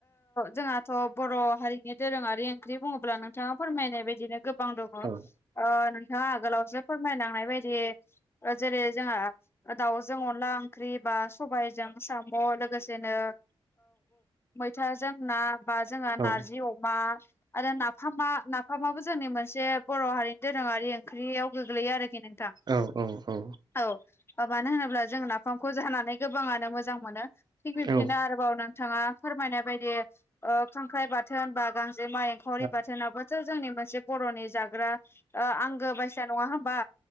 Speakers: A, on the left; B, on the right.
A: जोंहाथ' बर' हारिनि दोरोङारि ओंख्रि बुङोब्ला नोंथाङा फोरमायनाय बायदिनो गोबां दं।
B: औ
A: नोंथाङा आगोलावसो फोरमायलांनाय बायदि जेरै जोंहा दाउजों अनला ओंख्रि बा सबायजों साम लोगोसेनो मैथाजों ना। जों
B: औ
A: नारजि अमा आरो नाफाम। नाफामाबो जोंनि मोनसे बर' हारिनि दोरोङारि ओंख्रियाव गोग्लैयो आरोखि नोंथां।
B: औ औ-औ।
A: औ मानो होनोब्ला जों नाफामखौ जानानै गोबाङानो मोजां मोनो थिग बिब्दिनो।
B: औ औ
A: आरोबाव नोंथाङा फोरमायनाय बायदि खांख्राइ बाथोन बा गांजेमाइ। एंखावरि
B: औ
A: बाथोनाबोथ' जोंनि मोनसे बर'नि जाग्रा आंगो बायसा नङा होम्बा।